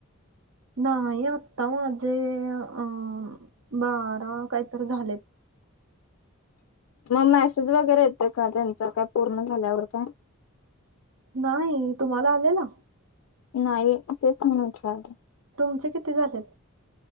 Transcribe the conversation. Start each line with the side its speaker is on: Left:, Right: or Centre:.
Right: नाही आता माझे अ बारा काहीतरी झालेत.
Left: मग मेसेज वगैरे येते का त्यांच काय पूर्ण झाल्यावर काय?
Right: नाही तुम्हाला आलेला?
Left: नाही तेच म्हणूनच.
Right: तुमचे किती झालेत?